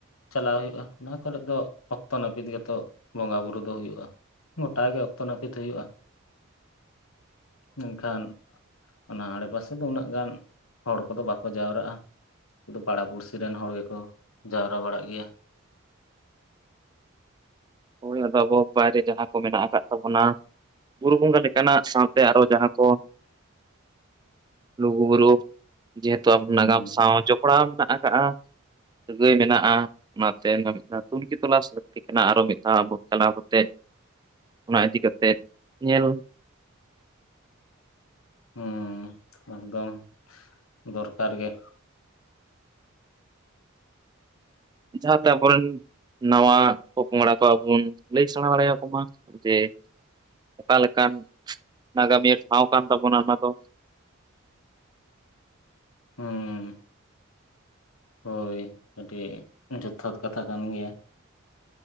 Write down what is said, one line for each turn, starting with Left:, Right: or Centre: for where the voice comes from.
Left: ᱪᱟᱞᱟᱣ ᱦᱩᱭᱩᱜ-ᱟ ᱚᱱᱟ ᱠᱚᱨᱮ ᱫᱚ ᱚᱠᱛᱚ ᱱᱟᱹᱯᱤᱛ ᱜᱮᱛᱚ ᱵᱚᱸᱜᱟ ᱵᱩᱨᱩ ᱫᱚ ᱦᱩᱭᱩᱜ-ᱟ ᱜᱚᱴᱟ ᱜᱮ ᱚᱠᱛᱚ ᱱᱟᱹᱯᱤᱛ ᱦᱩᱭᱩᱜ-ᱟ ᱢᱮᱱᱠᱷᱟᱱ ᱚᱱᱟ ᱟᱲᱰᱮ ᱯᱟᱥᱮ ᱫᱚ ᱩᱱᱟᱹᱜ ᱜᱟᱱ ᱦᱚᱲ ᱠᱚᱫᱚ ᱵᱟᱠᱚ ᱡᱟᱣᱨᱟᱜ-ᱟ ᱥᱩᱫᱩ ᱯᱟᱲᱟ ᱯᱩᱲᱥᱤ ᱨᱮᱱ ᱦᱚᱲ ᱜᱮ ᱠᱚ ᱡᱟᱣᱨᱟ ᱵᱟᱲᱟᱜ ᱜᱮᱭᱟ
Right: ᱦᱳᱭ ᱟᱫᱚ ᱟᱵᱚ ᱵᱟᱭᱨᱮ ᱡᱟᱦᱟᱸ ᱠᱚ ᱢᱮᱱᱟᱜ ᱟᱠᱟᱫ ᱛᱟᱵᱚᱱᱟ ᱵᱩᱨᱩ ᱵᱚᱸᱜᱟ ᱞᱮᱠᱟᱱᱟᱜ ᱥᱟᱶᱛᱮ ᱟᱨᱚ ᱡᱟᱦᱟᱸ ᱠᱚ ᱞᱩᱜᱩᱵᱩᱨᱩ ᱡᱮᱦᱮᱛᱩ ᱟᱵᱚ
Left: ᱦᱩᱸ
Right: ᱱᱟᱜᱟᱢ ᱥᱟᱶ ᱡᱚᱯᱲᱟᱣ ᱢᱮᱱᱟᱜ ᱟᱠᱟᱜ-ᱟ ᱥᱟᱹᱜᱟᱹᱭ ᱢᱮᱱᱟᱜ-ᱟ ᱚᱱᱟ ᱛᱮ ᱚᱱᱟᱴ ᱛᱩᱱᱠᱷᱤ ᱛᱚᱞᱟᱥ ᱞᱟᱹᱠᱛᱤ ᱠᱟᱱᱟ ᱟᱨᱚ ᱢᱤᱫ ᱟᱵᱚ ᱪᱟᱞᱟᱣ ᱠᱟᱛᱮ ᱚᱱᱟ ᱤᱫᱤ ᱠᱟᱛᱮᱫ ᱧᱮᱞ
Left: ᱦᱩᱸ ᱮᱠᱫᱚᱢ ᱫᱚᱨᱠᱟᱨ ᱜᱮ
Right: ᱡᱟᱦᱟᱸ ᱛᱮ ᱟᱵᱚᱨᱮᱱ ᱱᱟᱣᱟ ᱯᱚᱝᱯᱚᱝᱲᱟ ᱠᱚ ᱟᱵ ᱵᱚᱱ ᱞᱟᱹᱭ ᱥᱮᱬᱟ ᱫᱟᱲᱮ ᱟᱠᱚ ᱢᱟ ᱡᱮ ᱚᱠᱟ ᱞᱮᱠᱟᱱ ᱱᱟᱜᱟᱢᱤᱭᱟᱹ ᱴᱷᱟᱶ ᱠᱟᱱ ᱛᱟᱵᱚᱱᱟ ᱚᱱᱟ ᱫᱚ
Left: ᱦᱩᱸ ᱦᱳᱭ ᱟᱹᱰᱤ ᱡᱚᱛᱷᱟᱛ ᱠᱟᱛᱷᱟ ᱠᱟᱱ ᱜᱮᱭᱟ